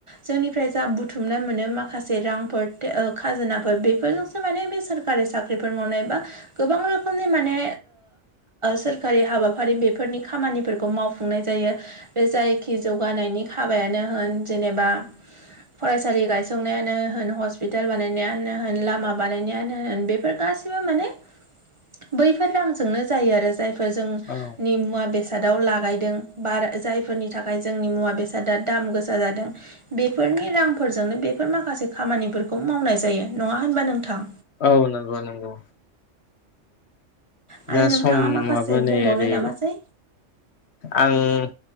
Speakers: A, on the right; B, on the left.
A: जोंनिफ्राय जा बुथुमनाय मोनो माखासे रांफोर खाजोनाफोर बेफोरजोंसो माने बे सोर सरखारि साख्रिफोर मावनाय बा गोबां रोखोमनि माने सोरखारि हाबाफारि बेफोरनि खामानिफोरखौ मावफुं मावफुंनाय जायो बे जायखि जौगानायनि हाबायानो होन जेनेबा फरायसालि गायसंनायानो होन हस्पिटाल बानायनायानो होन लामा बानायनायानो होन बेफोर गासैबो माने
B: <inaudible>
A: बैफोर रांजोंनो जायो आरो जायफोर फोर जोंनि
B: औ
A: मुवा बेसादाव लागायदों बा जायफोरनि थाखाय बे जोंनि मुवा बेसादा दाम गोसा जादों बेफोरनि रांफोरजोंनो बेफोर माखासे खामानिफोरखौ मावनाय जायो नङा होनबा नोंथां
B: औ नंगौ नंगौ
A: आरो
B: दा
A: नोंथाङा
B: समाबो
A: माखासे
B: नै
A: बुंबावनो
B: ओरै
A: नामासै
B: आं